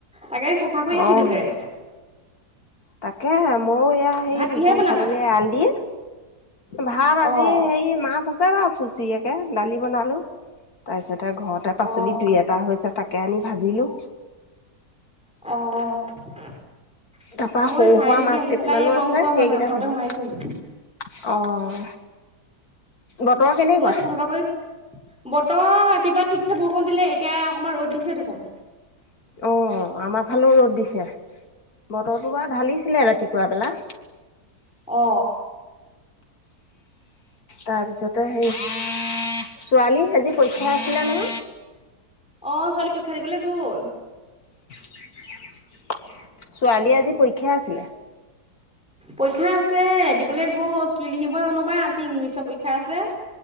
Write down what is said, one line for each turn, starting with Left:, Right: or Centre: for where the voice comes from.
Centre: তাকে চফা কৰি আছিলোগে-
Left: অ'। তাকে মইো এয়া সেই
Centre: ভাত কিহে
Left: গৰু
Centre: বনালা?
Left: ছাগলীয়ে এয়া-লদি ভাত
Centre: অহ
Left: আজি হেৰি মাছ আছে বা চুচৰিয়েকে দালি বনালো- তাৰপিছতে ঘৰতে
Centre: অহ
Left: পাচলি দুই এটা হৈছে তাকে আনি ভাজিলো।
Centre: অহ।
Left: তাপা
Centre: মই
Left: সৰু
Centre: চাই
Left: সুৰা
Centre: মেলি
Left: মাছ
Centre: আহি
Left: কেইটামানো
Centre: পেলাই এই আমাৰ
Left: আছে
Centre: ওচৰৰ
Left: সেইকেইটা
Centre: মানুহ এঘৰতে
Left: ভাজিলো।
Centre: সোমাইছোহি
Left: অহ। বতৰ কেনেকুৱা?
Centre: মই চাফা তাফা কৰি বতৰ ৰাতিপুৱা ঠিকছে বৰষুণ দিলে এতিয়া অকণমান ৰ'দ দিছে দেখোন।
Left: অ আমাৰ ফালেও ৰ'দ দিছে বতৰটো বাৰু ঢালিছিলে ৰাতিপুৱা বেলা-
Centre: অ হ
Left: তাৰ পিছতে হে ছোৱালী আজি পৰীক্ষা আছিলে ন।
Centre: অ ছোৱালী পৰীক্ষা দিবলে গ'ল।
Left: ছোৱালী আজি পৰীক্ষা আছিলে।
Centre: পৰীক্ষা আছে দিবলৈ গল কি লিখিব জানো বা আজি ইংলিছৰ পৰীক্ষা আছে।